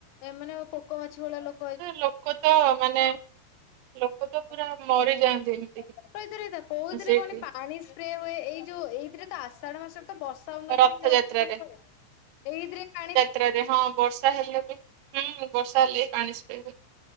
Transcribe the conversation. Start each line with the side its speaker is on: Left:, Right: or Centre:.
Left: ଏମାନେ ପୋକ ମାଛି ଭଳିଆ ଲୋ
Right: ଲୋକ ତ ମାନେ ଲୋକ ତ
Left: ରହିଥା
Right: ପୁରା ମରିଯାଆନ୍ତି ଏମିତି
Left: ରହିଥା କୋଉଥିରେ
Right: ସେଇଠି
Left: କହନି ପାଣି ସ୍ପ୍ରେ ହୁଏ ଏଇ ଯୋଉ ଏଇଥିରେ ତ ଆଷଢ ମାସରେ ତ ବର୍ ସା ହୋଉ ନଥାଏ
Right: ରଥଯାତ୍ରାରେ।
Left: କି ରଥ ପାଖେରେ ଏଇଥିରେ ପାଣି
Right: ତ୍ରାରେ ହଁ। ବର୍ଷା ହେଲେ ବି ହୁଁ ହୁଁ ବର୍ଷା ହେଲେ ବି ପାଣି ସ୍ପ୍ରେ ହୁଏ।